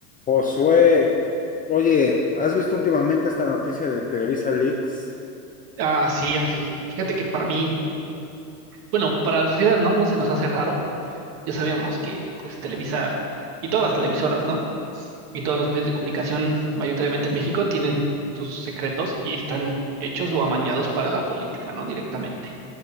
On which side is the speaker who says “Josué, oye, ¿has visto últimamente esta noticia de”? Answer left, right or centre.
Left